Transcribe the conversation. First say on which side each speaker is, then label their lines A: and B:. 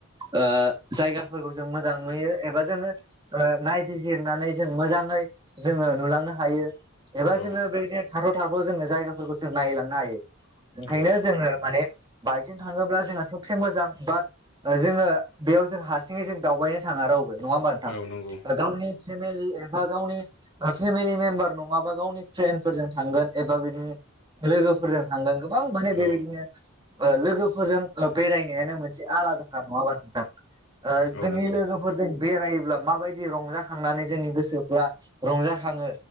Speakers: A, on the right; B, on the left.
A: ओ जायगाफोरखौ जों मोजां नुयो एबा जोङो ओ नायबिजिरनानै जों मोजाङै जोङो नुलांनो हायो। एबा
B: औ
A: जोङो बेबादिनो थाथ' थाथ' जोङो जायगाफोरखौ जों नायलांनो हायो। ओंखायनो
B: औ
A: जोङो माने बाइकजों थाङोब्ला जोंहा सबसे मोजां बाट जोङो बेयाव जों हारसिङै जों दावबायनो थाङा रावबो। नङा होमबा नोंथां?
B: औ नंगौ
A: ओ गावनि फेमेलि एबा गावनि ओ फेमिलि मेम्बार नङाबा गावनि फ्रेन्डफोरजों थां गोन एबा बिदिनो लोगोफोरजों थांगोन गोबां माने बेबायदिनो
B: औ
A: ओ लोगोफोरजों ओ बेरायनायानो मोनसे आलादाखा। नङा होमबा नोंथां? ओ
B: औ
A: जोंनि
B: नंगौ
A: लोगोफोरजों बेरायोब्ला माबायदि रंजाखांनानै जोंनि गोसोफ्रा रंजा खाङो।